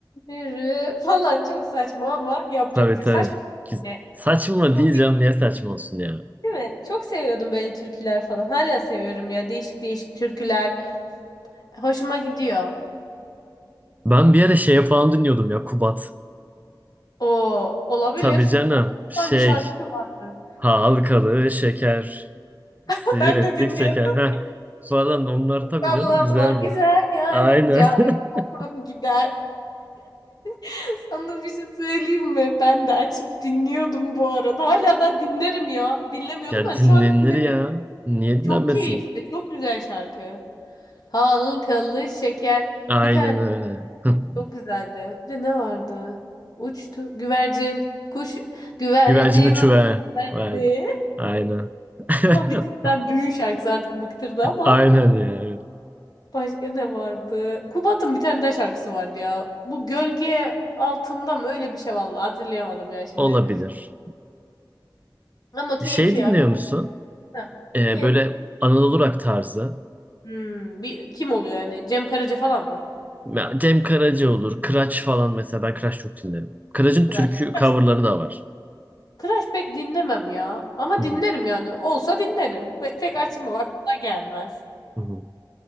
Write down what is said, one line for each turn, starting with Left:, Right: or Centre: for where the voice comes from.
Left: Yürü. Falan çok saçma ama yapacak
Right: Tabii
Left: bir şey.
Right: tabii.
Left: yok. Saçma
Right: Ki-
Left: ne?
Right: Saçma
Left: Çok
Right: diyeceğim.
Left: iyi
Right: Niye saçma olsun ya?
Left: değil mi? Çok seviyordum böyle türküler falan. Hala seviyorum ya. Değişik değişik türküler. Hoşuma gidiyor.
Right: Ben bir ara şeye falan dinliyordum ya Kubat.
Left: O olabilir.
Right: Tabii canım.
Left: Onun bir
Right: Şey.
Left: tane şarkısı vardı.
Right: Halkalı şeker.
Left: <laughs>
Right: Sihir
Left: Ben
Right: ettik
Left: de dinliyorum.
Right: şeker. Heh. Falan onlar tabii
Left: Sallama
Right: canım güzeldi.
Left: güzel yarım
Right: Aynen.
Left: cahil aklım
Right: <laughs>
Left: gider. <laughs> Sana bir şey söyleyeyim mi? Ben de açıp dinliyordum bu arada. Hala da dinlerim ya. Dinlemiyordum
Right: Ya
Left: hani
Right: dinlenir
Left: şu an dinlerim.
Right: ya. Niye
Left: Çok
Right: dinlenmesin?
Left: keyifli, çok güzel şarkı. Halkalı şeker.
Right: Aynen
Left: Bir tane
Right: öyle.
Left: de
Right: <laughs>
Left: çok güzeldi. Bir de ne vardı? Uçtu güvercin. Kuş güvercin
Right: Güvercin uçuver.
Left: o <laughs>
Right: Verdi.
Left: geldi.
Right: Aynen. <laughs>
Left: O bir tık daha düğün şarkısı artık bıktırdı ama.
Right: Aynen ya. Evet.
Left: Başka ne vardı? Kubat'ın bir tane daha şarkısı vardı ya. Bu gölge altında mı? Öyle bir şey vallahi hatırlayamadım ya şimdi.
Right: Olabilir.
Left: Ama keyifli
Right: Şey dinliyor
Left: ya güzel.
Right: musun?
Left: Ha.
Right: Ee,
Left: Kim?
Right: böyle Anadolu rock tarzı.
Left: Hmm, bir, kim oluyor yani? Cem Karaca falan mı?
Right: Ya Cem Karaca olur. Kıraç falan mesela. Ben Kıraç çok dinlerim. Kıraç'ın
Left: Kıraş.
Right: türkü
Left: Kıraş
Right: coverları da var.
Left: Kıraş pek dinlemem ya. Ama
Right: <laughs> Hı hı.
Left: dinlerim yani. Olsa dinlerim. Pe- pek açmam aklıma gelmez.
Right: <laughs>